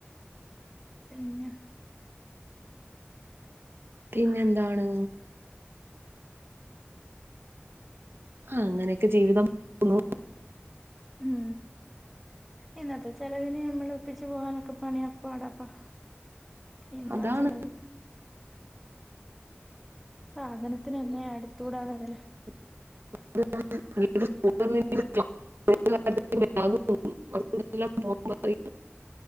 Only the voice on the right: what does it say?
പിന്നെന്താണ് അങ്ങനെയൊക്കെ ജീവിതം ന്നു
അതാണ്
<unintelligible> <unintelligible>